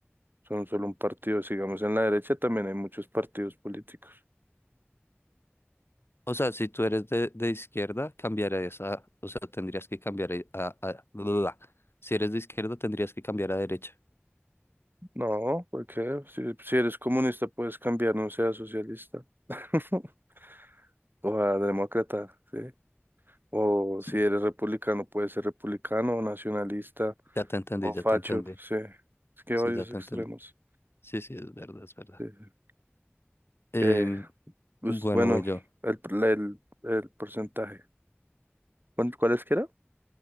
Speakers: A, on the right (about 50°); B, on the left (about 60°).
A: son solo un partido. Sigamos en la derecha, también hay muchos partidos políticos.
B: O sea, si tú eres de, de izquierda, cambiarías a, o sea, tendrías que cambiar a, a, a- Si eres de izquierda, tendrías que cambiar a derecha.
A: No, porque si, si eres comunista puedes cambiar, no seas socialista <laughs> o a demócrata, ¿sí? O
B: Sí,
A: si eres republicano puedes ser republicano o nacionalista
B: ya te entendí,
A: o
B: ya
A: facho,
B: te entendí.
A: sí. Es que
B: Sí,
A: hay varios
B: ya te
A: extremos.
B: entendí. Sí, sí, es verdad, es verdad.
A: sí, sí.
B: Em,
A: Eh, pues
B: bueno,
A: bueno,
B: voy yo.
A: el, la- el, el porcentaje. ¿Cuál, cuál es que era?